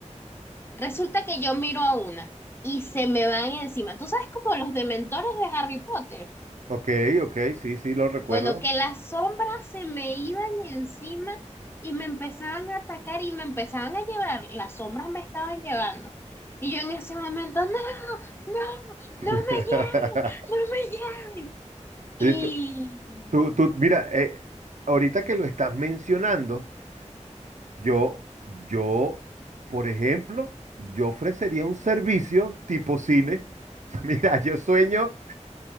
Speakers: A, on the left; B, on the right.
A: Resulta que yo miro a una y se me van encima. ¿Tú sabes como los dementores de Harry Potter?
B: Ok, ok, sí, sí, lo recuerdo.
A: Bueno, que las sombras se me iban encima y me empezaban a atacar y me empezaban a llevar. Las sombras me estaban llevando. Y yo en ese momento, no, no,
B: <laughs>
A: no me lleven, no me lleven. Y...
B: Y tú, tú, tú- mira, eh, ahorita que lo estás mencionando, yo, yo, por ejemplo, yo ofrecería un servicio tipo cine. <laughs> Mira, yo sueño.